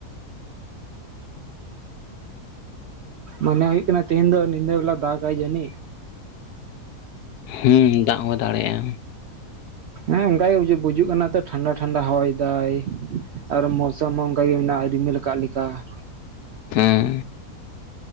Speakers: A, on the right; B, on the left.
A: ᱢᱚᱱᱮ ᱦᱩᱭᱩᱜ ᱠᱟᱱᱟ ᱛᱮᱦᱤᱧ ᱫᱚ ᱧᱤᱫᱟᱹ ᱵᱮᱞᱟ ᱫᱟᱜᱟᱭ ᱡᱟᱹᱱᱤᱡ?
B: ᱦᱩᱸ ᱫᱟᱜ ᱦᱚᱸ ᱫᱟᱲᱮᱭᱟᱜᱼᱟ ᱾
A: ᱦᱮᱸ ᱚᱱᱠᱟᱜᱮ ᱵᱩᱡᱩᱜ ᱠᱟᱱᱟ ᱛᱚ ᱴᱷᱟᱱᱰᱟ ᱴᱷᱟᱱᱰᱟ ᱦᱚᱭ ᱫᱟᱭᱼᱼ ᱟᱨ ᱢᱚᱥᱟᱢ ᱦᱚᱸ ᱚᱱᱠᱟ ᱜᱮ ᱢᱮᱱᱟᱜᱼᱟ ᱨᱤᱢᱤᱞ ᱟᱠᱟᱜ ᱞᱮᱠᱟ ᱾
B: ᱦᱩᱸ᱾